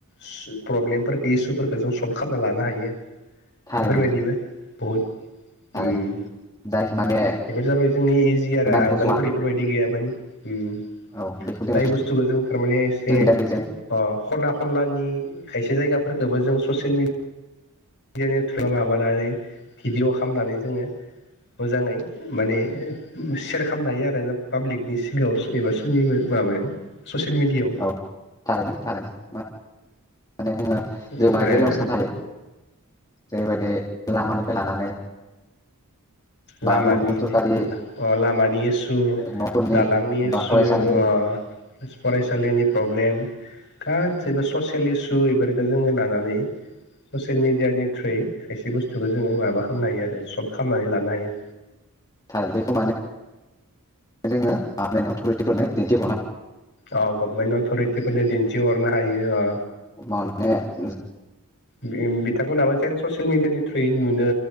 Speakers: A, on the left; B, on the left.
A: सु प्रब्लेमफोरखौ इसुफोरखौ जों सल्भ खालामना लानो हायो
B: थारैनो
A: बेफोरबायदिबो।
B: नोंथां
A: बहुद उम
B: थारैनो जायखि माने
A: बेफोर जाबाय जोंनि इजि
B: गभमेन्टआ
A: आरो आगोलफोरनि
B: नुहुरस'वा
A: बेफोरबायदि गैयामोन उम
B: औ बेखौ जोङो
A: जाय बुस्थुखौ जों थारमाने एसे
B: ससियेल मिडियानि गेजेरजों
A: अ खना खनलानि खायसे जायगाफोरखोबो जों ससियेल मिड डियानि धुला माबानानै भिडिअ' खामनानै जोङो मोजाङै माने सेयार खामनो हायो आरो ना पाब्लिकनि सिगाङाव सु एबास सोलिनो माबायाव ससियेल मिदियाव
B: औ थारैनो थारैनो मा माने जोङो
A: ओमफ्राय
B: मानि बेलायाव साननो हायो? जेरैबायदि लामानिफ्राय लानानै
A: लामानि
B: बा गुबुन गुबुन सरकारि
A: ओ अ लामानि इसु
B: न'फोरनि
A: दालांनि इसु
B: बा फरायसालिनि
A: अ फरायसालिनि प्रब्लेम गासैबो ससियेल इसु इफोरखो जोङो लानानै ससियेल मिडियानि थ्रुयै खायसे बुस्थुखौ जोङो माबा खामनो हायो आरो सल्भ खालामनानै लानो हायो।
B: थार बेखौ मानो जोङो आ मेन्ट अथ'रिटिफोरनो दिन्थिहरना
A: अ गभमेन्ट अथ'रिटिफोरनो दिन्थिहरनो हायो अ
B: माने जो
A: बिम बिथांमोनहाबो जेन ससियेल मिडियानि थ्रुयै नुनो